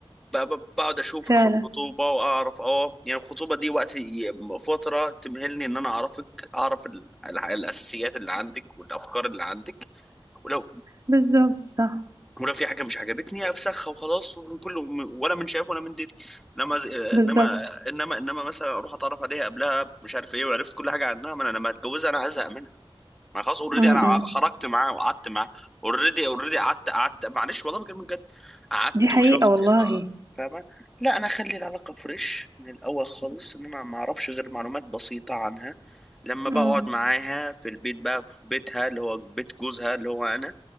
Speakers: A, in the centre; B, on the right.
A: ب- ب- بقعد اشوفك
B: فعلا
A: في الخطوبه واعرف اه يعني الخطوبه دي وقت ي- فتره تمهلني ان انا اعرفك اعرف ال- ال- الاساسيات اللي عندك والافكار اللي عندك ولو
B: بالظبط صح
A: ولو في حاجه مش عجبتني افسخها وخلاص ومن كله ولا من شايف ولا من دري انما ز- انما
B: بالظبط
A: انما انما مثلا اروح اتعرف عليها قبلها مش عارف ايه وعرفت كل حاجه عنها ما انا لما اتجوزها انا هزهق منها ما خلاص اوريدي
B: م-
A: انا
B: م.
A: خرجت معاه وقعدت معاه اوريدي اوريدي قعدت قعدت معلش والله بكلمك جد قعدت
B: دي حقيقة
A: وشفت
B: والله
A: آه، فاهمه لا انا اخلي العلاقه فريش من الاول خالص ان انا ما اعرفش غير معلومات بسيطه عنها لما
B: م-
A: بقعد معاها في البيت بقى في بيتها اللي هو بيت جوزها اللي هو انا